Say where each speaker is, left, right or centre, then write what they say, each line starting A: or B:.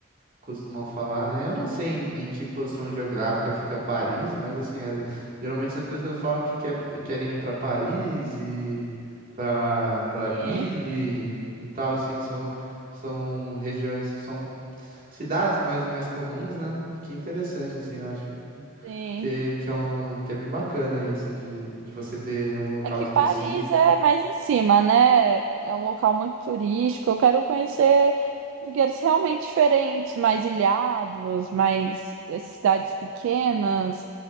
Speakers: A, on the right; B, on the right.
A: costumam falar, né? Eu não sei em, em que posição geográfica fica Paris, mas, assim, as- geralmente as pessoas falam que quer, querem ir para Paris e para para
B: Sim,
A: Lille e tal, assim. São, são regiões, são cidades mais, mais comuns, né? Que interessante, assim, eu acho
B: sim.
A: que, que, é um, que é bem bacana isso de, de você ter um local
B: É que
A: específico.
B: Paris é mais em cima, né? É um local muito turístico. Eu quero conhecer lugares realmente diferentes, mais ilhados, mais eh, cidades pequenas,